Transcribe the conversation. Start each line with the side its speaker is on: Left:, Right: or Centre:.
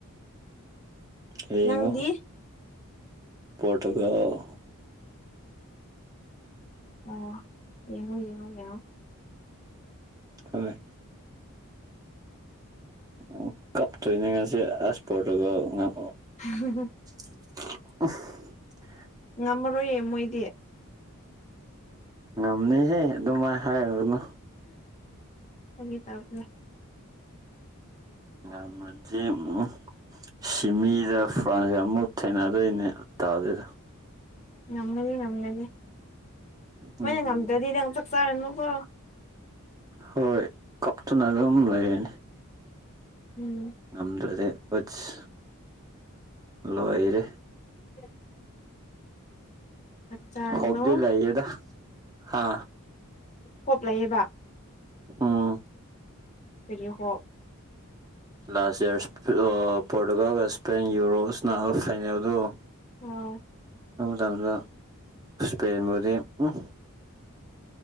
Right: ꯌꯦꯡꯉꯨ
Left: ꯅꯪꯗꯤ
Right: ꯄꯣꯔꯇꯨꯒꯜ
Left: ꯑꯣꯥ ꯌꯦꯡꯉꯨ ꯌꯦꯡꯉꯨ ꯌꯦꯡꯉꯣ
Right: ꯍꯣꯏ ꯑꯣ ꯀꯞꯇꯣꯏꯅꯦ ꯉꯁꯤ ꯑꯁ ꯄꯣꯔꯇꯨꯒꯜ ꯉꯝꯍꯧ
Left: <unintelligible>
Right: <unintelligible>
Left: ꯉꯝꯃꯔꯣꯏꯌꯦ ꯃꯣꯏꯗꯤ
Right: ꯉꯝꯅꯤꯍꯦ ꯑꯗꯨꯃꯥꯏ ꯍꯥꯏꯔꯒꯅꯨ
Left: ꯐꯥꯒꯤ ꯇꯧꯕꯅꯦ
Right: ꯉꯝꯃꯗꯤ ꯎꯝ ꯁꯤꯃꯤꯗ ꯐ꯭ꯔꯥꯟꯒ ꯑꯃꯨꯛ ꯊꯦꯡꯅꯗꯣꯏꯅꯦ ꯇꯥꯗꯦꯗ
Left: ꯉꯝꯒꯅꯤ ꯉꯝꯒꯅꯤ ꯃꯣꯏꯅ
Right: ꯎꯝ
Left: ꯉꯝꯗ꯭ꯔꯗꯤ ꯅꯪ ꯆꯥꯛ ꯆꯥꯔꯅꯨꯀꯣ
Right: ꯍꯣꯏ ꯀꯞꯇꯅ ꯑꯗꯨꯝ ꯂꯩꯔꯅꯤ
Left: ꯎꯝ
Right: ꯉꯝꯗ꯭ꯔꯗꯤ ꯎꯠꯁ ꯂꯣꯏꯔꯦ
Left: <unintelligible> ꯆꯥꯛ ꯆꯥꯔꯅꯨ
Right: ꯍꫭꯞꯗꯤ ꯂꯩꯌꯦꯗ ꯍꯥ
Left: ꯍꯣꯞ ꯂꯩꯌꯦꯕ
Right: ꯎꯝ
Left: ꯀꯩꯒꯤ ꯍꯣꯞ
Right: ꯂꯥꯁ ꯏꯌ꯭ꯔꯁ ꯑ ꯄꯣꯔꯇꯨꯒꯜꯒ ꯏꯁꯄꯦꯟꯒꯤ ꯌꯨꯔꯣꯁ ꯁꯥꯅꯕ ꯐꯩꯅꯦꯜꯗꯣ
Left: ꯑꯧ
Right: ꯑꯗꯨ ꯃꯇꯝꯗ ꯏꯁꯄꯦꯟꯕꯨꯗꯤ ꯎꯝ